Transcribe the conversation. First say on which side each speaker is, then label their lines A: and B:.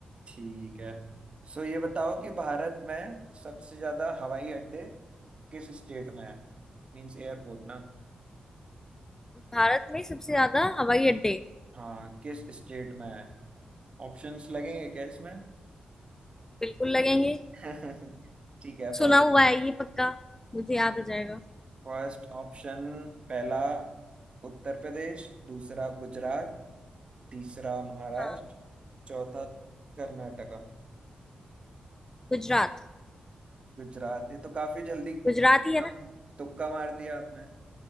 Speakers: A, on the right; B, on the left.
A: ठीक है सो ये बताओ कि भारत में सबसे ज्यादा हवाई अड्डे किस स्टेट में है मीन्स एयरपोर्ट ना
B: भारत में सबसे ज्यादा हवाई अड्डे
A: हाँ किस स्टेट में है ऑप्शंस लगेंगे क्या इसमें
B: बिल्कुल लगेंगे
A: <laughs> ठीक है
B: सुना
A: पर
B: हुआ है ये पक्का मुझे याद आ जाएगा
A: फर्स्ट ऑप्शन पहला उत्तर प्रदेश दूसरा गुजरात तीसरा महाराष्ट्र
B: हाँ
A: चौथा कर्नाटका
B: गुजरात
A: गुजरात ये तो काफी जल्दी एकदम
B: गुजरात ही है ना
A: तुक्का मार दिया आपने